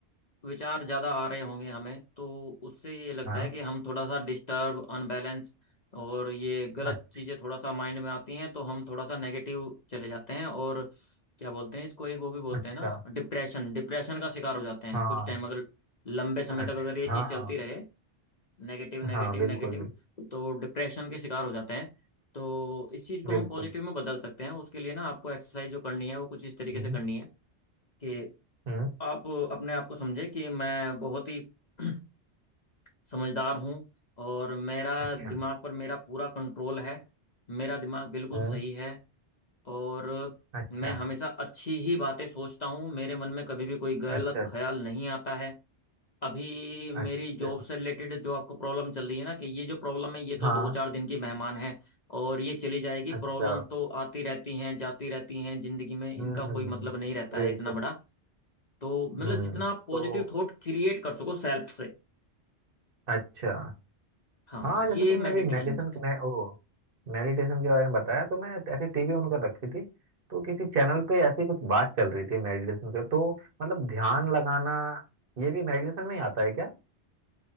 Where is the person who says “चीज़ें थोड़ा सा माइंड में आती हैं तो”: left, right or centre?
Left